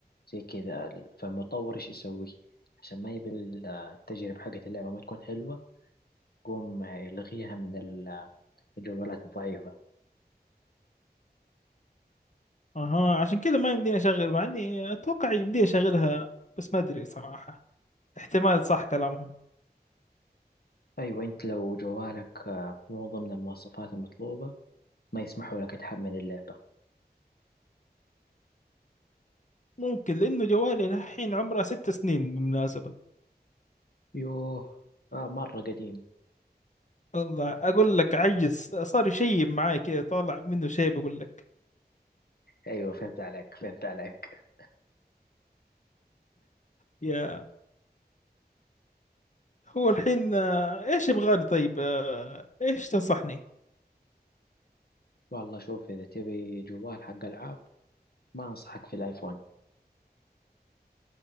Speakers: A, on the left (about 65°); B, on the left (about 45°).
A: زي كذا فالمطور ايش يسوي عشان ما يبي ال- التجربة حقت اللعبة ما تكون حلوة يقوم يلغيها من ال- الجوالات الضعيفة
B: أها عشان كذا ما يمديني أشغل مع إني أتوقع يمديني أشغلها بس ما أدري صراحة احتمال صح كلامهم
A: ايوه انت لو جوالك آه، مو ضمن المواصفات المطلوبة ما يسمحوا لك تحمل اللعبة
B: ممكن لأنه جوالي الحين عمره ست سنين بالمناسبة
A: يوه آه مرة قديم
B: والله أقول لك عجز صار شيب معاي كذا طالع منه شيب أقول لك
A: ايوه فهمت عليك فهمت عليك
B: يا هو الحين آه، ايش يبغى لي طيب آه، ايش تنصحني
A: والله شوف اذا تبي جوال حق العاب ما انصحك في الايفون